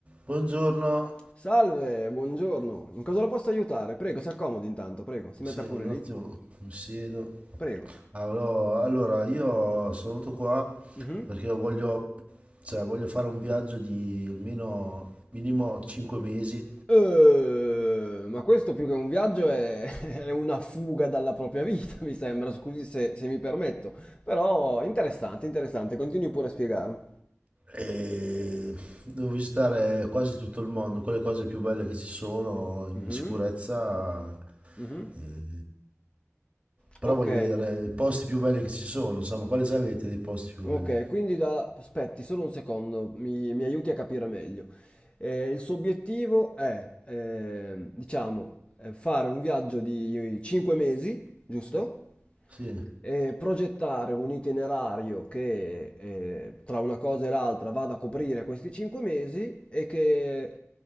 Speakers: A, on the right (about 25°); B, on the left (about 20°).
A: Buongiorno,
B: Salve, buongiorno. In cosa la posso aiutare? Prego, si accomodi intanto, prego. Si metta
A: sì, un
B: pure lì.
A: attimo mi siedo.
B: Prego.
A: Allora, allora, io sono venuto qua
B: Mhm.
A: perché voglio, cioè, voglio fare un viaggio di almeno minimo 5 mesi
B: Eh, ma questo più che un viaggio è, <laughs> è una fuga dalla propria vita, mi sembra. Scusi se, se mi permetto. Però interessante, interessante. Continui pure a spiegarmi.
A: e devo visitare quasi tutto il mondo, quelle cose più belle che ci sono in
B: Mhm,
A: sicurezza.
B: mhm.
A: eh, però
B: Ok.
A: voglio vedere i posti più belli che ci sono, insomma, quali sapete dei posti più
B: Ok,
A: belli?
B: quindi da... aspetti solo un secondo, mi, mi aiuti a capire meglio. Eh, il suo obiettivo è, ehm, diciamo, eh, fare un viaggio di 5 mesi, giusto?
A: Sì.
B: E progettare un itinerario che eh, tra una cosa e l'altra vada a coprire questi 5 mesi e che